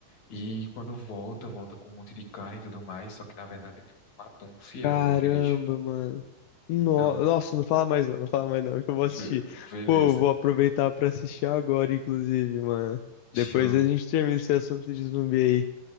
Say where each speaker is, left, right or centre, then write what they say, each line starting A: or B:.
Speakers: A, on the left (about 55°); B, on the left (about 75°).
A: e quando volta, volta com um monte de carne e tudo mais, só que na verdade ele matou um fiel
B: Caramba,
A: da igreja.
B: mano. No-
A: Então,
B: Nossa, não fala mais não, não fala mais não, que eu vou assistir.
A: be- beleza,
B: Pô, eu vou aproveitar pra assistir agora, inclusive, mano.
A: show.
B: Depois a gente termina esse assunto de zumbi aí,